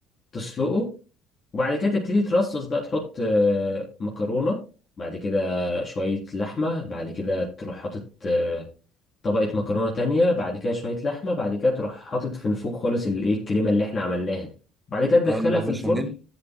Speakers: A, on the left; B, on the right.
A: تسلقه وبعد كده تبتدي ترصص بقى تحط آه مكرونه بعد كده شويه لحمه بعد كده تروح حاطط آه طبقه مكرونه تانية بعد كده شويه لحمه بعد كده تروح حاطط في فوق خالص الايه الكريمه اللي احنا عملناها دي بعد كده تدخلها
B: اقول له
A: في الفرن
B: بشاميل